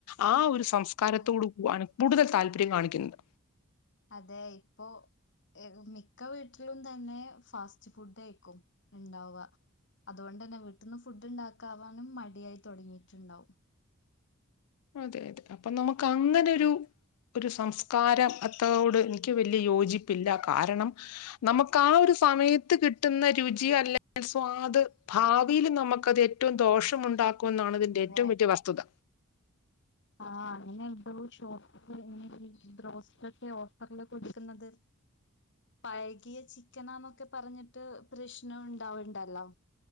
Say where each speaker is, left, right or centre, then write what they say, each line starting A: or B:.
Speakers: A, on the left (about 90°); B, on the left (about 55°).
A: ആഹ് ഒരു സ് സംസ്കാരത്തോട്
B: അതെ
A: <unintelligible> കൂടുതൽ താല്പര്യം കാണിക്കുന്നത്
B: അതെ ഇപ്പോ മിക്ക വീട്ടിലും തന്നെ ഫാസ്റ്റ് ഫുഡയ്ക്കും ഇണ്ടാവ അതുകൊണ്ട് തന്നെ വീട്ടിന്ന് ഫുഡ് ഇണ്ടാക്കാനും മടിയായി തോടങ്ങിട്ട്ണ്ടാവും.
A: അതെ അതെ അപ്പൊ നമുക്ക് അങ്ങനൊരു ഒരു സംസ്കാരത്തോട് എനിക്ക് വെല്യേ യോജിപ്പില്ല കാരണം നമ്മക്ക് ആഹ് ഒരു സമയത്ത് കിട്ടുന്ന രുചി അല്ലെങ്കി സ്വാദ് ഭാവിയില് നമ്മക്കത് ഏറ്റവും ദോഷം ഉണ്ടാക്കുന്നാണ് ഇതിന്റെ
B: അങ്ങനെ
A: ഏറ്റവും വെല്യേ വസ്തുത
B: ആഹ് അങ്ങനെണ് <unintelligible> ബ്രോസ്‌റ്റോക്കെ ഓഫർല് കൊടുക്കുന്നത് പഴകിയ ചിക്കനാന്നൊക്കെ പറഞ്ഞിട്ട് പ്രശ്നം ഉണ്ടാവ്ണ്ടല്ലോ?